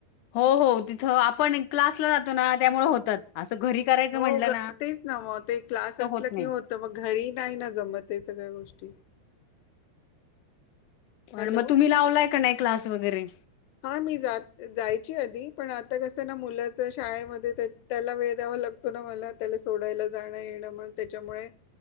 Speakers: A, on the left; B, on the left.
A: हो हो तिथ आपण क्लासला जातो ना त्यामुळे होतात अस घरी करायचं
B: हो
A: म्हटलं
B: तेच ना मग ते क्लास
A: तर
B: असल
A: नाही
B: की होत मग घरी नाही ना जमत ह्या सगळ्या गोष्टी
A: आणि
B: हॅलो
A: मग तुम्ही लावलाय का नाही क्लास वगैरे
B: हा मी जात जायची आधी पण आता कस ना मुलाच शाळेमध्ये त्या त्याला वेळ द्यावा लागतो ना मला त्याला सोडायला जाण येण म्हणून त्याच्यामुळे